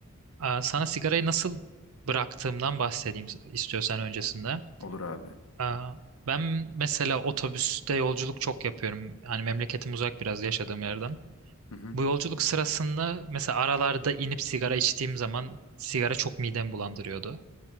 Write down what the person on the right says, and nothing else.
Aa, sana sigarayı nasıl bıraktığımdan bahsedeyim istiyorsan öncesinde.
Aa, ben mesela otobüste yolculuk çok yapıyorum. Hani memleketim uzak biraz yaşadığım yerden.
Bu yolculuk sırasında mesela aralarda inip sigara içtiğim zaman sigara çok midemi bulandırıyordu.